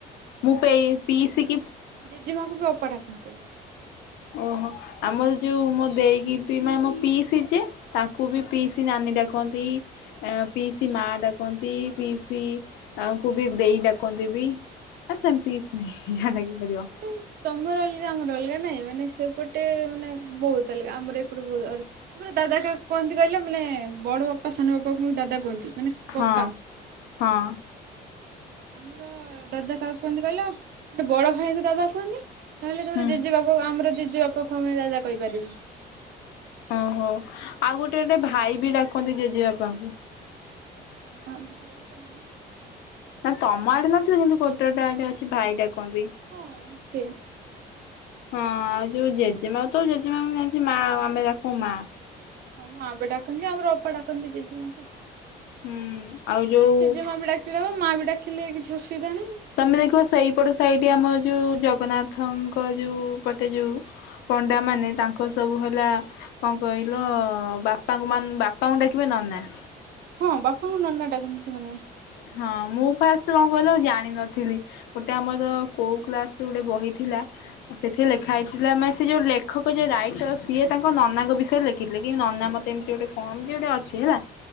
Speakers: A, on the left; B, on the right.
A: ମୁଁପା ଏଇ ପିଇସିକି
B: ଜେଜେମାକୁବି ଅପା ଡାକନ୍ତି ଆମର।
A: ଓହୋ ଆମର ଯୋଉ ମୋଦେଇକି ମାନେ ମୋ ପିଇସିଯେ ତା କୁବି
B: ହୁଁ।
A: ପିଇସି ନାନୀ ଡାକନ୍ତି। ଅଁ ପିଇସି ମା ଡାକନ୍ତି ପିଇସି ଆଙ୍କୁବି ଦେଇ ଡାକନ୍ତିବି। ଆ ସେମିତି କିଛି ନାହିଁ ଜାହା ଡାକିପାରିବ।
B: <unintelligible> ତମର ଅଲଗା ଆମର ଅଲଗା ନାଇଁ ମାନେ ସେପଟେ ମାନେ ବହୁତ୍ ଅଲଗା ଆମର ଏପଟେ ବହୁ ତମର ଦାଦା କାହାକୁ କୁହନ୍ତି କହିଲ ମାନେ ବଡ଼ ବାପା ସାନ ବାପାଙ୍କୁ ଦାଦା କୁହନ୍ତି ମାନେ କକା।
A: ହଁ ହଁ।
B: ଆମର ଦାଦା କାହାକୁ କୁହନ୍ତି କହିଲ ଗୋଟେ ବଡ ଭାଇଙ୍କୁ ଦାଦା କୁହନ୍ତି। ନହେଲେ ତମର
A: ହୁଁ।
B: ଜେଜେ ବାପାକୁ ଆମର ଜେଜେ ବାପାକୁ ଆମେ ଦାଦା କହିପାରିବୁ।
A: ଓହୋ ଆଉ ଗୋଟେ ଗୋଟେ ଭାଇ ବି ଡାକନ୍ତି ଜେଜେ ବାପା।
B: ହଁ ଭାଇ ତ ନାଇଁ।
A: ନା ତମ ଆଡେ ନଥିବ କିନ୍ତୁ ଗୋଟେ ଗୋଟେ ଆଡେ ଅଛି ଭାଇ ଡାକନ୍ତି।
B: ହଁ ସେ
A: ହଁ ଆଉ ଯୋଉ ଜେଜେମା ତ ଜେଜେମା ମୁଁ ଜାଣିଛି ମା ଆମେ ଡାକୁ ମା।
B: ମା ବି ଡାକନ୍ତି ଆମର ଅପା ଡାକନ୍ତି ଜେଜେ ସେ
A: ହୁଁ ଆଉ ଯୋଉ
B: ଜେଜେମା ବି ଡାକ। ପିଲା ମାଆ ବି ଡାକିଲେ କିଛି ଅସୁବିଧା ନାହିଁ।
A: ତମେ ଦେଖିବ ସେଇପଟ ସେଇଠି ଆମର ଯୋଉ ଜଗନ୍ନାଥଙ୍କ ଯୋଉ ପଟେ ଯୋଉ। ପଣ୍ଡାମାନେ ତାଙ୍କର ସବୁ ହେଲା। କଣ କହିଲ ବାପାଙ୍କୁ ମାନ୍ ବାପାଙ୍କୁ ଡାକିବେ ନନା।
B: ହଁ ବାପାଙ୍କୁ ନନା ଡାକନ୍ତି ସେମାନେ।
A: ହଁ ମୁଁ ପାସ କଣ କହିଲ ଜାଣିନଥିଲି। ଗୋଟେ ଆମର ଯୋ କୋଉ କ୍ଲାସରୁ ଗୋଟେ ବହି ଥିଲା। ସେଥିରେ ଲେଖା ହେଇଥିଲା ମାନେ ସେ ଯୋଉ ଲେଖକ ଯେ ରାଇଟର ସିଏ ତାଙ୍କ ନନାଙ୍କ ବିଷୟରେ ଲେଖିଥିଲେ କିନ୍ତୁ ନନା ମତେ ଏମତି ଯୋଉଠି କମ ଦିଅନ୍ତି ଅଛି ହେଲା।